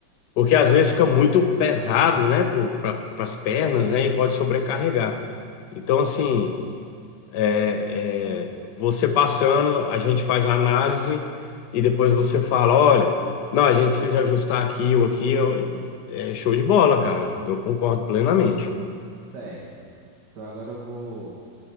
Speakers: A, on the left; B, on the right.
A: Porque às vezes fica muito pesado, né, para as pernas, né, e pode sobrecarregar. Então, assim. É, é, você passando, a gente faz a análise e depois você fala, olha, não, a gente precisa ajustar aqui ou aqui. Eu, é show de bola, cara. Eu concordo plenamente.
B: Certo. Então agora eu vou